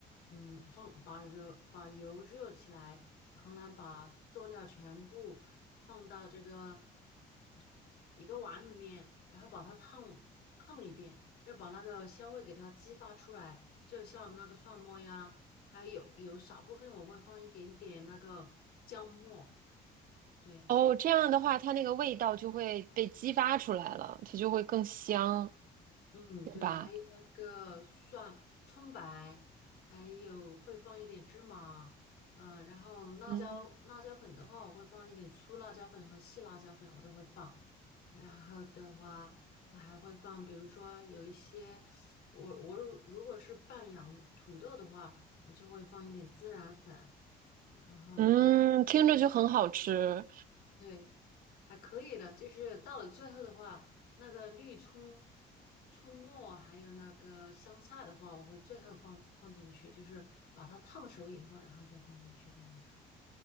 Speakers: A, on the left; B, on the right.
A: 嗯放把热把油热起来，然后呢把佐料全部放到这个嗯一个碗里面，然后把它烫烫一遍，就把那个香味给它激发出来，就像那个蒜末呀。还有有少部分我会放一点点那个姜末，对，
B: 哦，这样的话，它那个味道就会被激发出来了，它就会更香，
A: 嗯，
B: 对吧？
A: 对，还有那个蒜、葱白，还有会放一点芝麻，嗯、然后辣椒辣椒粉的话，
B: 嗯
A: 我会放一点粗辣椒粉和细辣椒粉，我都会放。然后的话，我还会放，比如说有一些，我我如如果是拌洋土豆的话，我就会放一点孜然粉，然后对。
B: 嗯，听着就很好吃，
A: 对，还可以的，就是到了最后的话，那个绿葱、葱末还有那个香菜的话，我会最后放放进去，就是把它烫熟以后，然后再放进去这样子。